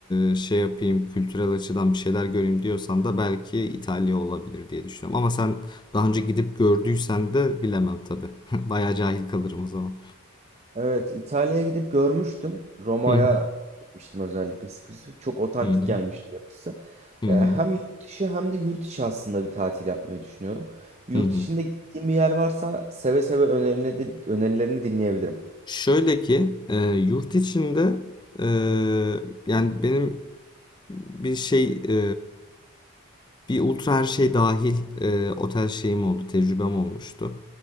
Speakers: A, on the left; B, on the right.
A: e, şey yapayım kültürel açıdan bir şeyler göreyim diyorsan da belki İtalya olabilir diye düşünüyorum. Ama sen daha önce gidip gördüysen de bilemem tabii. Bayağı cahil kalırım o zaman.
B: Evet İtalya'ya gidip görmüştüm. Roma'ya
A: Hı hı,
B: gitmiştim özellikle. spesifik. Çok otantik
A: hı hı,
B: gelmişti yapısı.
A: hı hı,
B: E, hem yurt dışı hem de yurt içi aslında bir tatil yapmayı düşünüyorum. Yurt
A: hı
B: içinde gittiğim bir yer varsa seve seve önerileri, önerilerini dinleyebilirim.
A: Şöyle ki e, yurt içinde e, yani benim bir şey e, bir ultra her şey dahil e, otel şeyim oldu, tecrübem olmuştu.